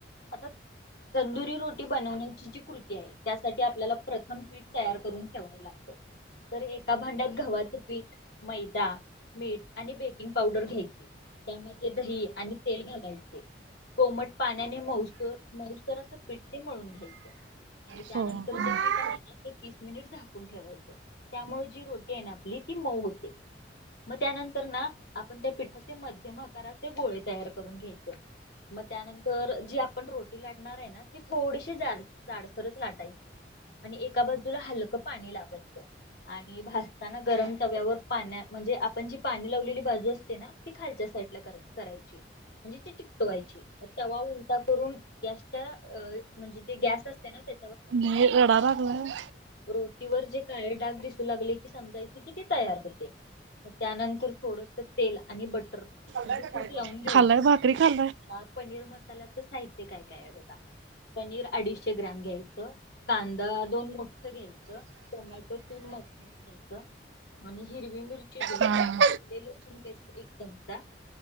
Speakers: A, on the left; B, on the right.
A: आता. तंदुरी रोटी बनवण्याची जी कृती आहे, त्यासाठी आपल्याला प्रथम पीठ तयार करून ठेवावं लागत. <inaudible> तर एका भांड्यात गव्हाचं पीठ मैदा मीठ आणि बेकिंग पावडर घ्यायचे. त्यामध्ये दही आणि तेल घालायचे. कोमट पाण्याने मौस मौसराच पीठ ते मळून घ्यायचं. आणि त्यानंतर
B: हो ओके.
A: जे पीठ आहे, ना ते तीस मिनिट झाकून ठेवायचें. त्यामुळे जी रोटी आहे, ना आपली ती मऊ होते. मग त्यानंतर ना आपण त्या पिठाचे मध्यम आकाराचे गोळे तयार करून घ्यायच. मग त्यानंतर जी आपण रोटी लाटणार आहे, ना ती थोडीशी जाड जाडसरच लाटाईची. आणि एका बाजूला हलकं पाणी लावायचं. आणि भासताना गरम तव्यावर पाण्या म्हणजे आपण जी पाणी लावलेली बाजू असते ना ती खालच्यासाठी. आप <unintelligible> करायची. म्हणजे ती चिकटवायची तवा उलटा करून गॅसच म्हणजे जे गॅस असते ना त्या
B: नाही रडा लागलाय.
A: रोटीवर जे काळे काडाग दि लागले की समजायच की ते तयार होते त्यानंतर थोडस तेल आणि बटर. म्हणजे
B: खाल्लाय का
A: तूप
B: काय
A: लावून घ्यायचं
B: खाल्लाय भाकरी खाल्लाय.
A: पनीर मसाल्याचं साहित्य काय काय आहे बघा पनीर अडीचशे ग्रॅम घ्यायचं कांदा दोन मोठ घ्यायचं टोमॅटो त म घ्यायचं आणि हिरवी मिरची दोन
B: हा.
A: लसूण पेस्ट एक चमचा